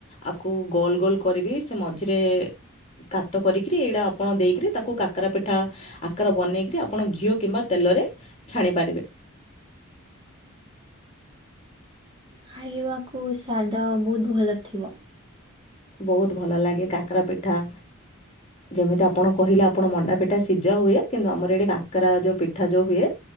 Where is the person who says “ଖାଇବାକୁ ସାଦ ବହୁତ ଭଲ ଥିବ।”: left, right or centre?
Right